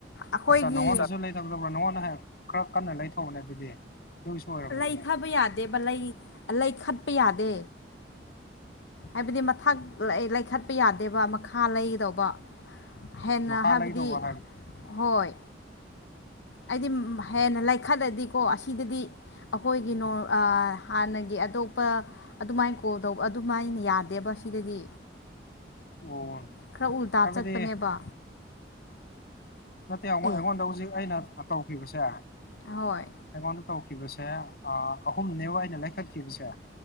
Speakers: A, on the left; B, on the left.
A: ꯑꯩꯈꯣꯏꯒꯤ
B: ꯑꯠꯆꯥꯥ ꯅꯉꯣꯟꯗꯁꯨ ꯂꯩꯊꯒꯗꯧꯕ꯭ꯔꯥ ꯅꯪꯉꯣꯟꯗ ꯍꯥꯟꯅ ꯈꯔ ꯀꯟꯅ ꯂꯩꯊꯧꯅꯦ ꯑꯗꯨꯗꯤ ꯑꯗꯨꯒꯤꯁꯨ ꯑꯣꯏꯔꯝꯃꯅꯤꯉ
A: ꯂꯩꯊꯕ ꯌꯥꯗꯦꯕ ꯂꯩ ꯂꯩꯈꯠꯄ ꯌꯥꯗꯦ ꯍꯥꯏꯕꯗꯤ ꯃꯊꯛ ꯂꯩ ꯂꯩꯈꯠꯄ ꯌꯥꯗꯦꯕ ꯃꯈꯥ ꯂꯩꯒꯗꯧꯕ ꯍꯦꯟꯅ
B: ꯃꯈꯥ
A: ꯍꯥꯏꯕꯗꯤ
B: ꯂꯩꯗꯧꯕ
A: ꯍꯣꯏ ꯑꯩꯗꯤ ꯍꯦꯟꯅ ꯂꯩꯥꯈꯠꯂꯗꯤꯀꯣ ꯑꯁꯤꯗꯗꯤ ꯑꯩꯈꯣꯏꯒꯤ ꯅ‌ꯣ ꯑꯥ ꯍꯥꯟꯅꯒꯤ ꯑꯇꯣꯞꯄ ꯑꯗꯨꯃꯥꯏꯅ ꯀꯣꯜ ꯇꯧꯕ ꯑꯗꯨꯃꯥꯏꯅ ꯌꯥꯗꯦꯕ ꯁꯤꯗꯗꯤ
B: ꯑꯣ
A: ꯈꯔ ꯎꯜꯇꯥ
B: ꯍꯥꯏꯕꯗꯤ
A: ꯆꯠꯄꯅꯦꯕ
B: ꯅꯠꯇꯦ ꯑꯩꯉ‌ꯣꯟ
A: ꯑꯦ
B: ꯑꯩꯉꯣꯟꯗ ꯍꯧꯖꯤꯛ ꯑꯩꯅ ꯑ ꯇꯧꯈꯤꯕꯁꯦ
A: ꯍꯣꯏ
B: ꯑꯩꯉꯣꯟꯗ ꯇꯧꯈꯤꯕꯁꯦ ꯑ ꯑꯍꯨꯝꯅꯦꯕ ꯑꯩꯅ ꯂꯩꯈꯠꯈꯤꯕꯁꯦ